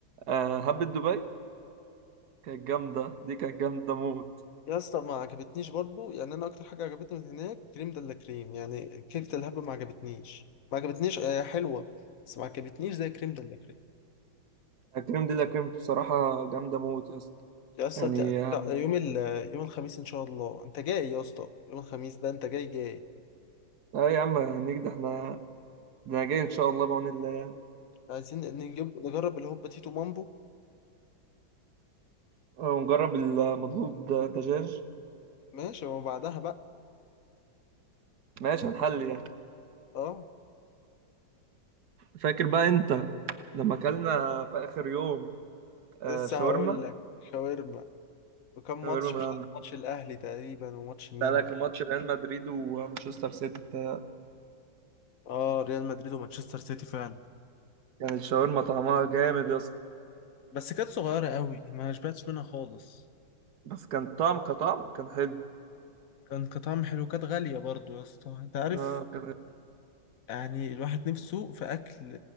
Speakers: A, on the right; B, on the left.
A: آه هبة دبي كانت جامدة دي كانت جامدة موت
B: يا اسطى ما عجبتنيش برضو يعني انا اكتر حاجه عجبتني من هناك كريم دلا كريم يعني كيكه الهبه ما عجبتنيش ما عجبتنيش هي حلوه بس ما عجبتنيش زي كريم دلا كريم
A: الكريم دي اللي كانت بصراحة جامدة موت يا اسطى
B: يا اسطى
A: يعني
B: تع-
A: اه
B: تع- يوم ال... يوم الخميس ان شاء الله انت جاي يا اسطى يوم الخميس ده انت جاي جاي
A: آه يا عم هنيجي ده احنا ده انا جاي ان شاء الله بعون الله
B: عايزين نجيب نجرب الهوبا تيتو مامبو
A: ونجرب المضغوط د- دجاج
B: ماشي وبعدها بقى
A: ماشي هنحل يعني
B: اه
A: فاكر بقى انت لما اكلنا في اخر يوم آه،
B: لسه
A: شاورما
B: هقول لك شاورما وكم
A: شاورما
B: ماتش
A: من
B: مش
A: عند
B: عارف ماتش الاهلي تقريبا وماتش مين
A: بقى لك ماتش ريال مدريد ومانشستر سيتي تا-
B: اه ريال مدريد ومانشستر سيتي فعلا
A: كانت الشاورما طعمها جامد يا اسطى
B: بس كانت صغيرة قوي ما شبعتش منها خالص
A: بس كان طعم كطعم كان حلو
B: كان كانت طعم حلو كانت غالية برضو يا اسطى انت عارف
A: اه كان
B: يعني الواحد نفسه في اكل